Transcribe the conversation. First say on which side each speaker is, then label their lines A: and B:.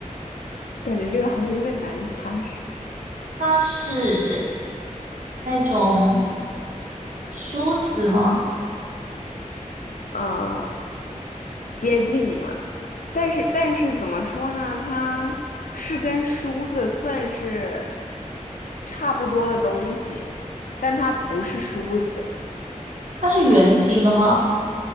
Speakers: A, on the left (about 90°); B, on the right (about 65°).
A: 感觉这个好像有点难猜。
B: 它是那种梳子吗？
A: <laughs> 啊。接近了，但是但是怎么说呢？它是跟梳子算是差不多的东西，但它不是梳子，
B: 它是圆形的吗？